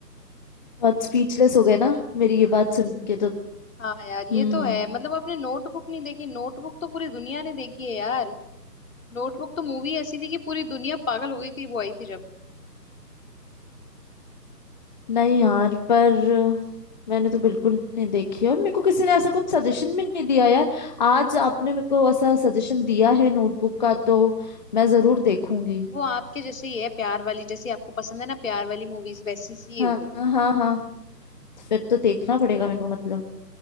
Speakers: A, on the left (about 25°); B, on the left (about 50°).
A: बहुत स्पीचलेस हो गए ना मेरी
B: हाँ
A: ये बात सुन के तो
B: हाँ यार ये
A: हम्म
B: तो है मतलब आपने नोटबुक नहीं देखी नोटबुक तो पूरी दुनिया ने देखी है यार नोटबुक तो मूवी ऐसी थी कि पूरी दुनिया पागल हो गई थी वो आई थी जब
A: नहीं यार पर मैंने तो बिल्कुल नहीं देखी और मेरे को किसी ने ऐसा कुछ सजेशन भी नहीं दिया यार आज आपने मेरे को ऐसा सजेशन दिया है नोटबुक का तो मैं जरूर देखूंगी
B: वो आपके जैसे ही है प्यार वाली जैसी आपको पसंद है ना प्यार वाली मूवीज वैसी सी
A: हाँ
B: है वो
A: हाँ हाँ हाँ। फिर तो देखना पड़ेगा मेरे को मतलब